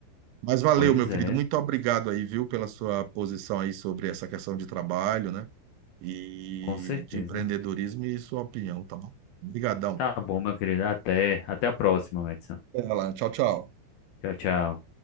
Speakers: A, on the right; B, on the left.
A: Mas valeu,
B: Pois
A: meu querido.
B: é,
A: Muito obrigado aí, viu, pela sua posição aí sobre essa questão de trabalho, né? E
B: com certeza.
A: de empreendedorismo e sua opinião, tá bom? Obrigadão.
B: Tá bom, meu querido. Até, até a próxima, Madison.
A: Até lá. Tchau, tchau.
B: Tchau, tchau.